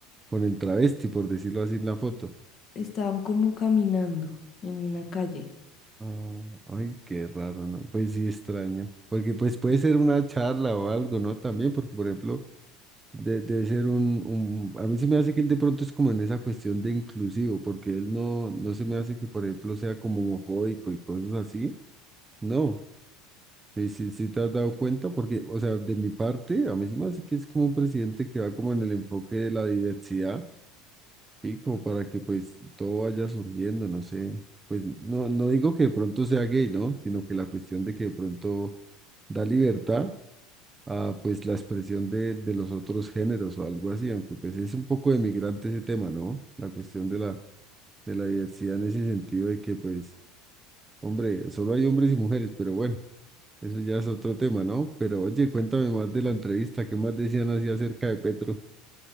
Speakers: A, on the right (about 15°); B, on the left (about 40°).
A: con el travesti, por decirlo así en la foto.
B: Estaban como caminando en una calle.
A: Ah, ay, qué raro, ¿no? Pues sí, extraño. Porque pues puede ser una charla o algo, ¿no? También, porque por ejemplo, de- debe ser un, un... A mí se me hace que él de pronto es como en esa cuestión de inclusivo, porque él no, no se me hace que por ejemplo sea como homofóbico y cosas así. No. Sí, sí, sí, te has dado cuenta, porque, o sea, de mi parte, a mí sí me hace que es como un presidente que va como en el enfoque de la diversidad y como para que pues todo vaya surgiendo, no sé, pues no, no digo que de pronto sea gay, ¿no? Sino que la cuestión de que de pronto da libertad a pues la expresión de, de los otros géneros o algo así, aunque pues es un poco de migrante ese tema, ¿no? La cuestión de la, de la diversidad en ese sentido de que pues, hombre, solo hay hombres y mujeres, pero bueno. Eso ya es otro tema, ¿no? Pero oye, cuéntame más de la entrevista, ¿qué más decían así acerca de Petro?